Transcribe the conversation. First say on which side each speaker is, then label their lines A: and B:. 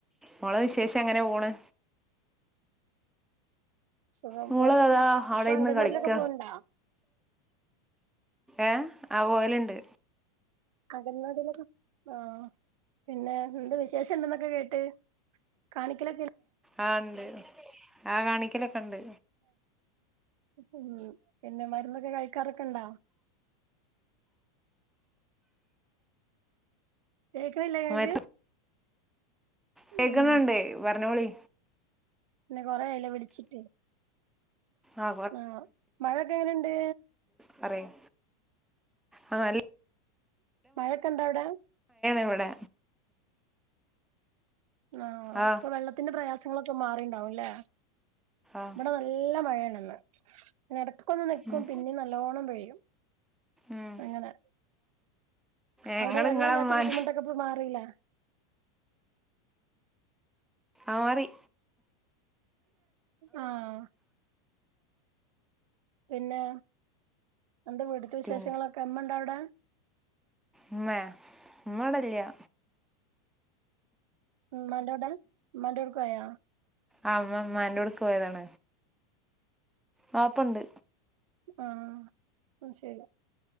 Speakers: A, in the centre; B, on the right.
A: മോളെ വിശേഷം അങ്ങനെ പോണ്
B: സുഖം
A: മോള
B: പൊറത്ത്
A: താ അവിടെ
B: ഇപ്പൊ
A: ഇര്ന്ന്
B: അംഗൻവാടിലൊക്കെ
A: കളിക്ക
B: പോവ്ണ്ടോ
A: ഏ ആ പോയലുണ്ട്
B: അംഗവാടിലൊക്കെ ആഹ പിന്നെ എന്ത് വിശേഷംണ്ടെന്നൊക്കെ. കേട്ട് കാണിക്കല
A: ആ ഉണ്ട് ആ കാണിക്കലൊക്കെ ഇണ്ട്
B: ഉ പിന്നെ മരുന്നൊക്കെ കഴിക്കാറൊക്കെ ഇണ്ടോ കേക്കണില്ലേ ഇങ്ങക്ക്
A: മ കേക്കുന്നുണ്ട്
B: ഉം
A: പറഞ്ഞോളി
B: പിന്നെ കൊറെ ആയിലെ വിളിച്ചിട്ട്
A: ആ
B: ആഹ മഴൊക്കെ എങ്ങനെണ്ട്
A: പറയാ ആ നല്ല
B: മഴക്കെണ്ടോ അവിടെ
A: ഇവിടെ
B: ആഹ
A: ആ
B: ഇപ്പൊ വെള്ളത്തിന്റെ പ്രയാസങ്ങളൊക്കെ മാറിണ്ടാവുംല്ലേ
A: ആ
B: ഇവിടെ നല്ല മഴയാണിന്ന് പ്പം ഒന്ന് നിക്കും
A: ഉം
B: പിന്നെ നല്ലോണം പിഴിയും
A: ഉം
B: അങ്ങനെ
A: ഞങ്ങള്
B: അവിടെ വെള്ള
A: ഇങ്ങളെ
B: ഇല്ലാത്ത
A: ഉമ്മാൻ
B: ബുദ്ധിമുട്ടൊക്കെ പോയി മാറില്ലേ
A: ആ റി
B: ആഹ പിന്നെ എന്താ വീട്ട്ത്തെ വിശേഷങ്ങളൊക്കെ
A: പിൻ
B: അമ്മണ്ടാ അവിടെ
A: ഉമ്മേ ഉമ്മ വടല്ലാ
B: മ്മന്റോടെ മ്മന്റോട്ക്കോയോ
A: ആ മ്മ മാന്റോട്ക്ക് പോയതാണ വാപ്പണ്ട്
B: ആഹ ശരി